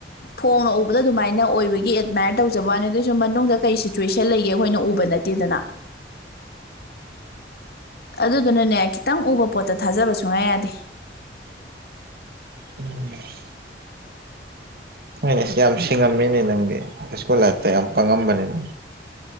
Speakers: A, on the left; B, on the right.
A: ꯐꯣꯡꯅ ꯎꯕꯗ ꯑꯗꯨꯃꯥꯏꯅ ꯑꯣꯏꯕꯒꯤ ꯑꯦꯗꯃꯥꯏꯌꯔ ꯇꯧꯖꯕ ꯋꯥꯅꯤ ꯑꯗꯨꯏꯁꯨ ꯃꯅꯨꯡꯗ ꯀꯔꯤ ꯁꯤꯆꯨꯋꯦꯁꯟ ꯂꯩꯒꯦ ꯑꯩꯈꯣꯏꯅ ꯎꯕ ꯅꯠ ꯇꯦꯗꯅ꯫ ꯑꯗꯨꯗꯨꯅꯅꯦ ꯈꯤꯇꯪ ꯎꯕ ꯄꯣꯠꯇ ꯊꯥꯖꯕ ꯁꯨꯡꯌꯥ ꯌꯥꯗꯦ
B: ꯎꯝ <unintelligible> ꯍꯣꯏꯅꯦ ꯑ ꯁꯌꯥꯝ ꯁꯤꯡꯉꯝꯃꯤꯅꯦ ꯅꯪꯗꯤ ꯍꯥꯏꯁ ꯁ꯭ꯀꯨꯜ ꯂꯥꯏꯐꯇ ꯌꯥꯝ ꯄꯪꯉꯝꯕꯅ‌ꯦ ꯅꯪ꯫